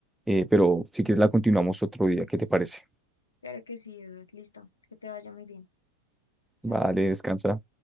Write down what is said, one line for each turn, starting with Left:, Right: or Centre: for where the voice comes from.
Centre: Eh, pero si quieres la continuamos otro día, ¿qué te parece?
Left: Claro que sí, Eduard, listo, que te vaya muy bien. Chao.
Centre: Vale, descansa.